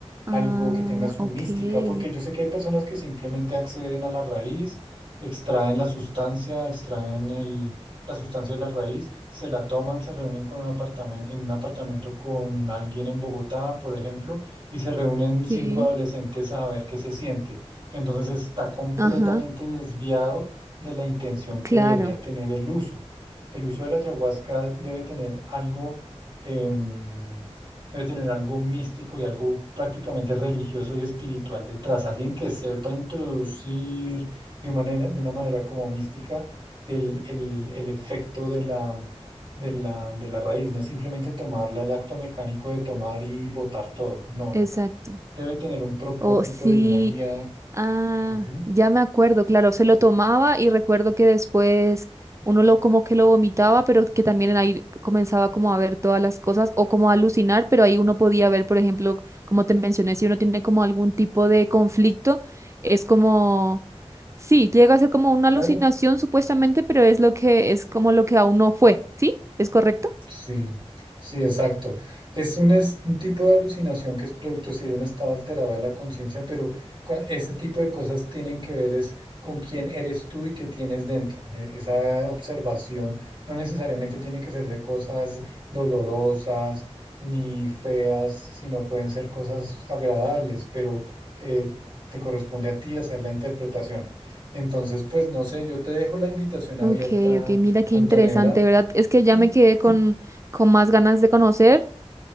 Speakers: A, on the right; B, on the right.
A: algo
B: Ah,
A: que tenga su
B: ok.
A: mística, porque yo sé que hay personas que simplemente acceden a la raíz, extraen la sustancia, extraen el, la sustancia de la raíz, se la toman, se reúnen con un apartamento, en un apartamento con alguien en Bogotá, por ejemplo, y se reúnen cinco
B: Sí.
A: adolescentes a ver qué se siente. Entonces está completamente
B: Ajá,
A: desviado de la intención que
B: claro,
A: debería tener el uso. El uso de la ayahuasca debe tener algo, em, debe tener algo místico y algo prácticamente religioso y espiritual detrás. Alguien que sepa introducir de manera, de una manera como mística el, el- el efecto de la, de la, de la raíz. No es simplemente tomarla, el acto mecánico de tomar y botar todo. No,
B: exacto.
A: no, no. Debe tener un propósito
B: Oh, sí,
A: y una guía.
B: Ah,
A: Ujú.
B: ya me acuerdo, claro, se lo tomaba y recuerdo que después uno lo como que lo vomitaba, pero que también ahí comenzaba como a ver todas las cosas o como a alucinar, pero ahí uno podía ver, por ejemplo, como te mencioné, si uno tiene como algún tipo de conflicto, es como, sí, llega a ser como una alucinación
A: Claro,
B: supuestamente, pero es lo que es como lo que a uno fue, ¿sí? ¿Es correcto?
A: sí, sí, exacto. Es un, es un tipo de alucinación que es producto, sí, de un estado alterado de la conciencia, pero cua- ese tipo de cosas tienen que ver es con quién eres tú y qué tienes dentro. E- Esa observación no necesariamente tiene que ser de cosas dolorosas ni feas, sino pueden ser cosas agradables, pero eh, te corresponde a ti hacer la interpretación. Entonces, pues no sé, yo te dejo la invitación abierta.
B: Ok, ok, mira qué
A: Antonella,
B: interesante, ¿verdad? Es que
A: Y,
B: ya me quedé
A: y
B: con, con más ganas de conocer.